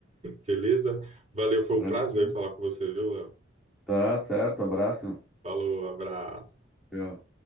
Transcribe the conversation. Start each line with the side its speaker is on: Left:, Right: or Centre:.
Right: Beleza? Valeu, foi um
Centre: Tranquilo.
Right: prazer falar com você, viu, Léo?
Centre: Tá certo, abraço.
Right: Falou, abraço.
Centre: Tchau.